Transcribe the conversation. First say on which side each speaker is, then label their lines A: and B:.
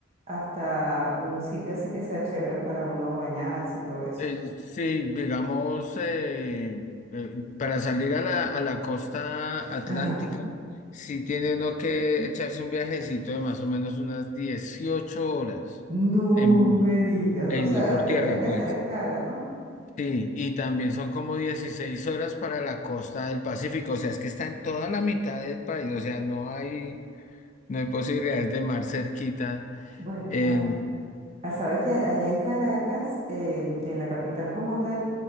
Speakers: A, on the right; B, on the left.
A: hasta un sitio así que sea chévere para uno bañarse y todo eso?
B: Eh, sí, digamos, eh, eh, para salir a la, a la costa atlántica,
A: Ajá.
B: sí tiene uno que echarse un viajecito de más o menos unas 18 horas
A: No
B: en bus,
A: me digas,
B: en,
A: o sea,
B: eh, por
A: tendrías
B: tierra,
A: que
B: pues.
A: hacer escala, ¿no?
B: Sí, y también son como 16 horas para la costa del Pacífico, o sea, es que está en toda la mitad del país, o sea, no hay, no hay posibilidades de mar cerquita.
A: Bueno,
B: eh,
A: a- a- sabes que allá en Caracas, en, en la capital como tal,